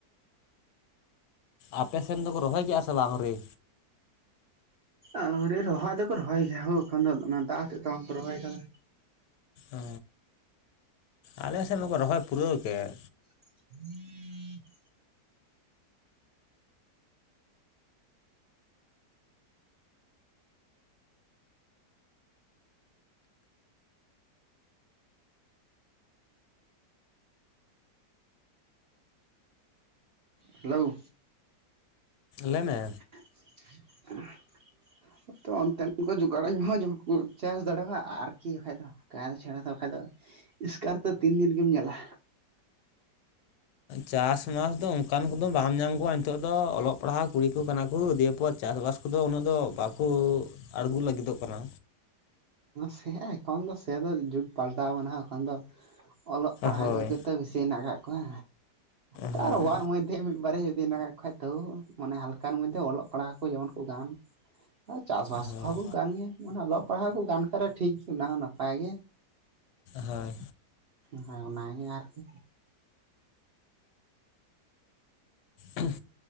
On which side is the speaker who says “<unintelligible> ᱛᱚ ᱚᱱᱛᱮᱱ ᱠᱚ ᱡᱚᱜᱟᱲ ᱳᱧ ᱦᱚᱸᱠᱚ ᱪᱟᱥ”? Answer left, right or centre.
Right